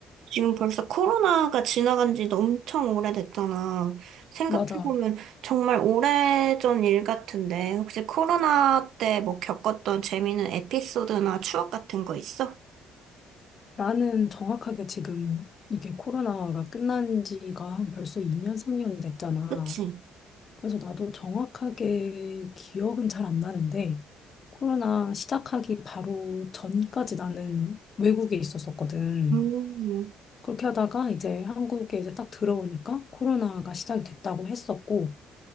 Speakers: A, on the right; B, on the left.
A: 지금 벌써 코로나가 지나간 지도 엄청 오래됐잖아. 생각해보면
B: 맞아.
A: 정말 오래전 일 같은데, 혹시 코로나 때 뭐 겪었던 재미있는 에피소드나 추억 같은 거 있어?
B: 나는 정확하게 지금 이게 코로나가 끝난 지가 한 벌써 2년, 3년이 됐잖아.
A: 그치?
B: 그래서 나도 정확하게 기억은 잘 안 나는데, 코로나 시작하기 바로 전까지 나는 외국에 있었었거든.
A: 음,
B: 그렇게 하다가 이제 한국에 이제 딱 들어오니까 코로나가 시작이 됐다고 했었고,